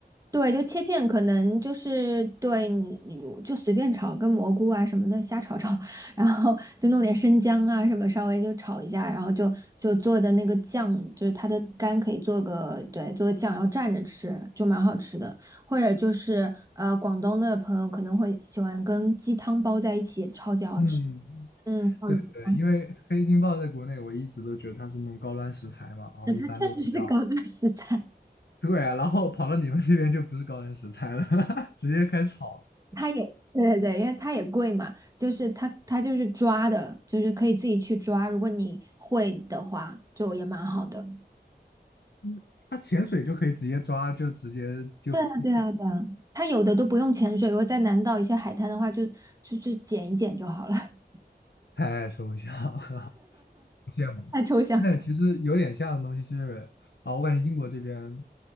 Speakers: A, on the right (about 20°); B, on the left (about 80°).
A: 对，就切片，可能就是对，你就随便炒，跟蘑菇啊什么的瞎炒炒，<laughs> 然后就弄点生姜啊什么，稍微就炒一下，然后就就做的那个酱，就是它的干可以做个对，做个酱，然后蘸着吃，就蛮好吃的。或者就是呃，广东的朋友可能会喜欢跟鸡汤包在一起，超级好吃。
B: 嗯，
A: 嗯，鲍鱼鸡汤
B: 对对对，因为黑金鲍在国内我一直都觉得它是那种高端食材嘛，然后一般都是要。
A: <laughs> 确实是高档食材。
B: <laughs> 对啊，然后跑到你们那边就不是高原食材了，<laughs> 直接开始炒了。
A: 它也对对对，因为它也贵嘛，就是它它就是抓的，就是可以自己去抓，如果你会的话，就也蛮好的。
B: 嗯它潜水就可以直接抓，就直接就就
A: 对啊，对啊，对啊，它有的都不用潜水，如果在南岛一些海滩的话，就就就捡一捡就好了。<laughs>
B: 太抽象了，<laughs> 羡慕。
A: 太抽象。
B: 但其实有点像的东西是啊、我感觉英国这边，